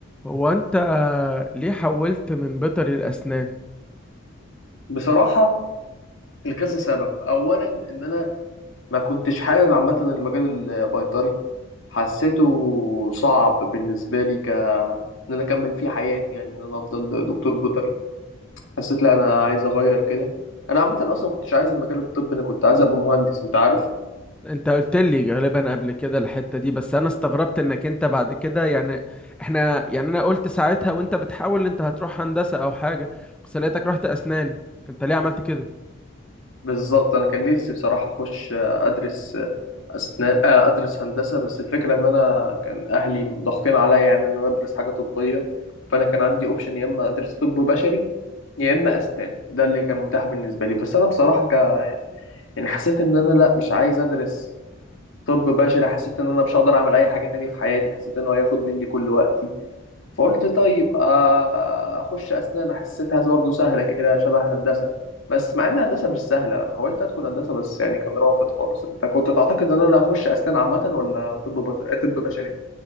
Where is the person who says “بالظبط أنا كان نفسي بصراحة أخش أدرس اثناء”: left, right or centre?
Left